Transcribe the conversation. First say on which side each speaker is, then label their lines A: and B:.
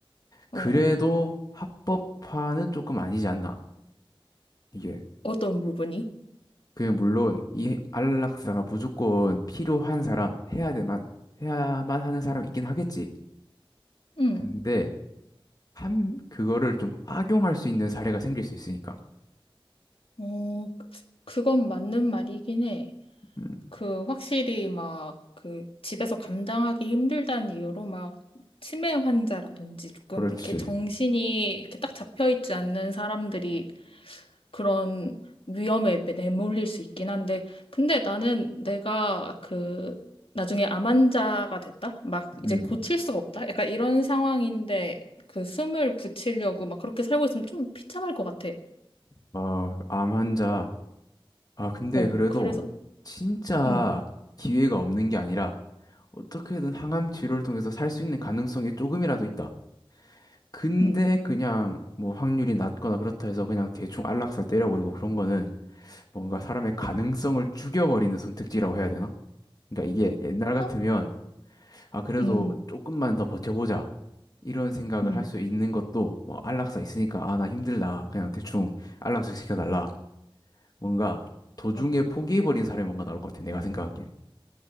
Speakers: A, on the left; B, on the left.
A: 그래도
B: 어, 어.
A: 합법화는 조금 아니지 않나. 이게.
B: 어떤 부분이?
A: 그게 물론 이 안락사가 무조건 필요한 사람, 해야 되만, 해야만 하는 사람 있긴 하겠지.
B: 응.
A: 근데 한, 그거를 좀 악용할 수 있는 사례가 생길 수 있으니까.
B: 어, 그- 그건 맞는 말이긴 해.
A: 음,
B: 그, 확실히 막, 그, 집에서 감당하기 힘들다는 이유로 막, 치매 환자라든지 조금
A: 그렇지.
B: 이렇게 정신이 이렇게 딱 잡혀 있지 않는 사람들이 그런 위험에 내몰릴 수 있긴 한데, 근데 나는 내가 그, 나중에 암환자가 됐다? 막
A: 음.
B: 이제 고칠 수가 없다? 약간 이런 상황인데, 그 숨을 붙이려고 막 그렇게 살고 있으면 좀 비참할 것 같아.
A: 아, 암 환자. 아, 근데
B: 어,
A: 그래도
B: 그래서,
A: 진짜
B: 응,
A: 기회가 없는 게 아니라 어떻게든 항암 치료를 통해서 살 수 있는 가능성이 조금이라도 있다. 근데
B: 응,
A: 그냥 뭐 확률이 낮거나 그렇다 해서 그냥 대충 안락사 때려버리고 그런 거는 뭔가 사람의 가능성을 죽여버리는 선택지라고 해야 되나? 그러니까 이게 옛날 같으면
B: 어?
A: 아 그래도
B: 응, 응.
A: 조금만 더 버텨보자 이런 생각을
B: 응.
A: 할 수 있는 것도 뭐 안락사 있으니까 아 나 힘들다 그냥 대충 안락사 시켜달라 뭔가 도중에
B: 아,
A: 포기해버린 사람이 뭔가 나올 것 같아 내가 생각하기엔